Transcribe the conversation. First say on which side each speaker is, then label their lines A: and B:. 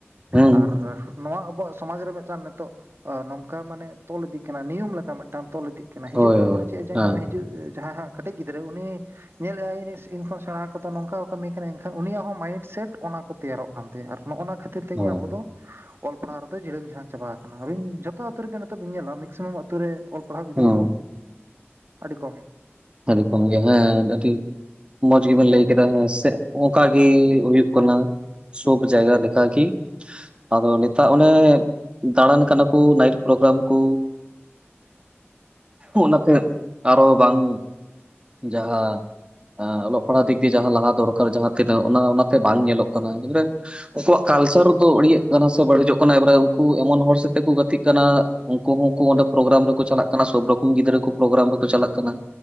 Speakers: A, on the right (about 25°); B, on the right (about 60°).
A: ᱦᱩᱸ
B: ᱟᱨ ᱱᱚᱣᱟ ᱟᱵᱚᱣᱟᱜ ᱥᱚᱢᱟᱡ ᱨᱮ ᱢᱤᱫᱴᱟᱝ ᱱᱤᱛᱚᱜ ᱱᱚᱝᱠᱟ ᱢᱟᱱᱮ ᱛᱚᱞ ᱤᱫᱤᱜ ᱠᱟᱱᱟ ᱱᱤᱭᱚᱢ ᱞᱮᱠᱟ ᱢᱤᱫᱴᱟᱝ ᱛᱚᱞ ᱤᱫᱤᱜ ᱠᱟᱱᱟ ᱦᱤᱡᱩᱜ
A: ᱦᱳᱭ
B: ᱠᱟᱱ
A: ᱦᱳᱭ
B: ᱦᱚᱲ ᱪᱮᱫ ᱮ ᱡᱟᱝ
A: ᱦᱮᱸ
B: ᱠᱟᱱᱟ ᱦᱤᱡᱩᱜ ᱡᱟᱦᱟᱸᱭ ᱦᱟᱸᱜ ᱠᱟᱹᱴᱤᱡ ᱜᱤᱫᱽᱨᱟᱹ ᱩᱱᱤ ᱧᱮᱞᱮᱫ ᱟᱭ ᱤᱧ ᱠᱷᱚᱱ ᱥᱮᱬᱟ ᱠᱚᱫᱚ ᱱᱚᱝᱠᱟ ᱠᱚ ᱠᱟᱹᱢᱤ ᱠᱟᱱᱟ ᱮᱱᱠᱷᱟᱱ ᱩᱱᱤᱭᱟᱜ ᱦᱚᱸ ᱢᱟᱭᱤᱰ ᱥᱮᱴ ᱚᱱᱟ ᱠᱚ ᱛᱮᱭᱟᱨᱚᱜ ᱠᱟᱱ ᱛᱟᱭᱟ ᱟᱨ ᱱᱚᱜᱼᱚ ᱱᱚᱣᱟ ᱠᱷᱟᱹᱛᱤᱨ ᱛᱮᱜᱮ
A: ᱦᱳᱭ
B: ᱟᱵᱚ ᱫᱚ ᱚᱞ ᱯᱟᱲᱦᱟᱣ ᱨᱮᱫᱚ ᱡᱷᱲᱟᱝ ᱡᱷᱮᱲᱟᱝ ᱪᱟᱵᱟ ᱟᱠᱟᱱᱟ ᱟᱵᱤᱱ ᱡᱚᱛᱚ ᱟᱛᱳ ᱨᱮᱜᱮ ᱱᱤᱛᱚᱜ ᱵᱤᱱ ᱧᱮᱞᱟ ᱢᱮᱠᱥᱤᱢᱟᱢ ᱟᱛᱳ ᱨᱮ ᱚᱞ ᱯᱟᱲᱦᱟᱣ ᱜᱤᱫᱽᱨᱟᱹ
A: ᱦᱩᱸ
B: ᱫᱚ ᱟᱹᱰᱤ ᱠᱚᱢ
A: ᱦ ᱟ. ᱰᱤ ᱠᱚᱢ <unintelligible> ᱢᱚᱸᱡᱽ ᱜᱮᱵᱮᱱ ᱞᱟᱹᱭ ᱠᱮᱫᱟ ᱦᱮᱸ ᱚᱱᱠᱟᱜᱮ ᱦᱩᱭᱩᱜ ᱠᱟᱱᱟ ᱥᱩᱯ ᱡᱟᱭᱜᱟ ᱞᱮᱠᱟ ᱜᱮ ᱟᱫᱚ ᱱᱮᱛᱟᱨ ᱚᱱᱮ ᱫᱟᱬᱟᱱ ᱠᱟᱱᱟ ᱠᱚ ᱱᱟᱭᱤᱴ ᱯᱨᱳᱜᱨᱟᱢ ᱠᱚ ᱚᱱᱟᱛᱮ ᱟᱨᱚ ᱵᱟᱝ ᱡᱟᱦᱟᱸ ᱚᱞᱚᱜ ᱯᱟᱲᱦᱟᱜ ᱫᱤᱠ ᱫᱮ ᱡᱟᱦᱟᱸ ᱞᱟᱦᱟ ᱫᱚᱨᱠᱟᱨ ᱡᱟᱦᱟᱸ ᱛᱤᱱᱟᱹᱜ ᱚᱱᱟᱛᱮ ᱵᱟᱝ ᱧᱮᱞᱚᱜ ᱠᱟᱱᱟ ᱩᱱᱠᱩᱣᱟᱜ ᱠᱟᱛᱷᱟ ᱠᱟᱞᱪᱟᱨ ᱫᱚ ᱟᱹᱲᱤᱭᱟᱹᱜ ᱠᱟᱱᱟ ᱥᱮ ᱵᱲᱤᱡᱚᱜ ᱠᱟᱱᱟ ᱮᱵᱟᱨᱮ ᱩᱱᱠᱩ ᱮᱢᱚᱱ ᱦᱚᱲ ᱥᱟᱛᱮ ᱠᱚ ᱜᱟᱛᱮᱜ ᱠᱟᱱᱟ ᱩᱱᱠᱩ ᱦᱚᱸᱠᱚ ᱚᱸᱰᱮ ᱯᱨᱳᱜᱨᱟᱢ ᱨᱮᱠᱚ ᱪᱟᱞᱟᱜ ᱠᱟᱱᱟ ᱥᱚᱵ ᱨᱚᱠᱚᱢ ᱜᱤᱫᱽᱨᱟᱹ ᱠᱚ ᱯᱨᱳᱜᱨᱟᱢ ᱨᱮᱠᱚ ᱪᱟᱞᱟᱜ ᱠᱟᱱᱟ